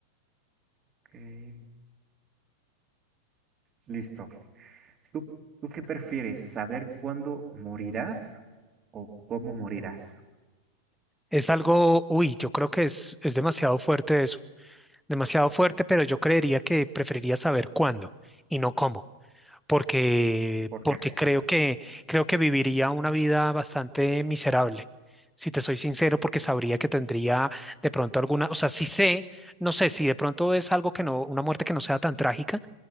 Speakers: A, on the right; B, in the centre.
A: ok, listo. ¿Tú, tú qué prefieres? ¿Saber cuándo morirás o cómo morirás?
B: Es algo, uy, yo creo que es, es demasiado fuerte eso, demasiado fuerte, pero yo creería que preferiría saber cuándo y no cómo. porque,
A: ¿Por
B: porque
A: qué?
B: creo
A: Ajá.
B: que, creo que viviría una vida bastante miserable. Si te soy sincero, porque sabría que tendría de pronto alguna, o sea, si sé, no sé, si de pronto es algo que no, una muerte que no sea tan trágica,